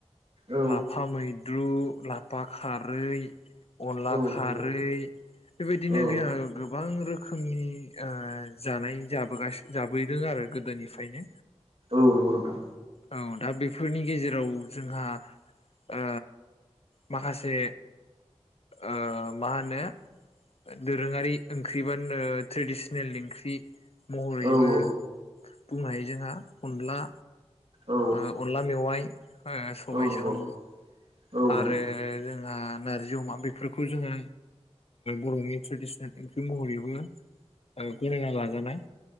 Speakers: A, on the right; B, on the left.
A: औ
B: लाफा मैद्रु लाफा खारै अनला
A: औ
B: खारै
A: नंगौ
B: बेबायदिनो
A: औ
B: जिया गोब बां रोखोमनि ओ जानाय जाबोगासिन जाबोदों आरो गोदोनिफ्रायनो
A: अह नंगौ नोंथां
B: औ दा बेफोरनि गेजेराव जोंहा ओ माखासे ओ मा होनो दोरोङारि ओंख्रि बा ट्रेडिसनेल ओंख्रि महरैबो
A: औ औ
B: बुंनाय जोंहा अनला
A: औ
B: ओ अनला मेवाइ ओ सबाय
A: औ नंगौ
B: साम
A: औ नंगौ
B: आरो जों आ ना नारजि अमा बेफोरखौ जोङो बर'नि ट्रेडिसनेल ओंख्रि महरैबो ओ गनायना लाजानाय